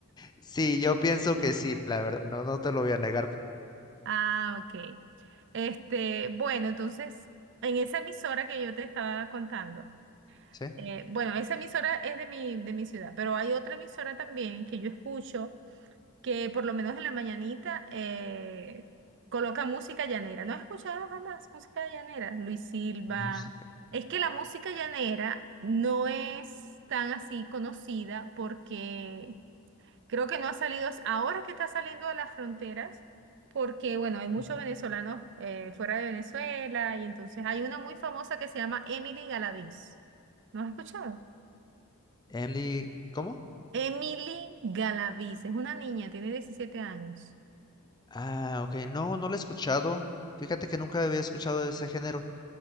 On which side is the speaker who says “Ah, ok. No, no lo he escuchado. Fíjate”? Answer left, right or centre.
Left